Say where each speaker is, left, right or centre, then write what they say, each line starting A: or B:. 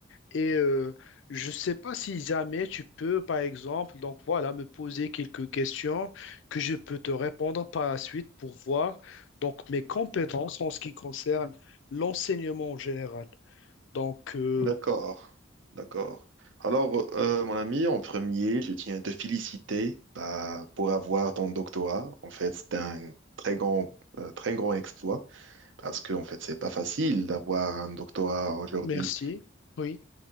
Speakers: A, on the left; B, on the right.
A: Et euh, je ne sais pas si jamais tu peux, par exemple, donc voilà, me poser quelques questions que je peux te répondre par la suite pour voir donc mes compétences en ce qui concerne l'enseignement en général. Donc euh,
B: d'accord, d'accord. Alors, euh, mon ami, en premier, je tiens à te féliciter bah, pour avoir ton doctorat. En fait, c'est un très grand, euh, très grand exploit parce que en fait, c'est pas facile d'avoir un doctorat aujourd'hui.
A: merci. Oui,